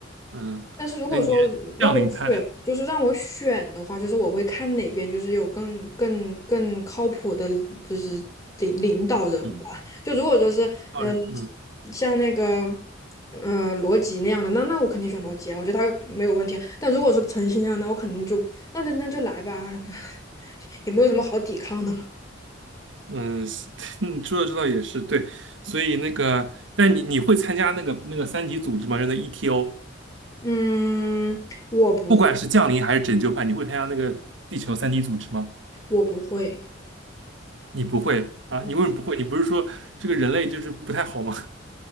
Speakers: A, on the right; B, on the left.
A: 嗯，
B: 但是如果说让我选，
A: 所以你是降临派，
B: 就是让我选的话，就是我会看哪边就是有更更更靠谱的，就是领领导人吧。
A: 嗯，
B: 就如果说是呃，
A: 当然嗯
B: 像那个呃罗辑那样的，那那我肯定选罗辑啊，我觉得他没有问题啊。但如果说陈曦啊，那我肯定就那那那就来吧，<laughs> 也没有什么好抵抗的了。
A: 嗯，是 <laughs> 嗯说的这倒也是对，所以那个，但你你会参加那个那个三体组织吗？就那 ETO，
B: 嗯，我不
A: 不管是降临还是拯救派，你会参加那个地球三体组织吗？
B: 我不会。
A: 你不会啊？
B: 嗯，
A: 你为什么不会？你不是说这个人类就是不太好吗？<laughs>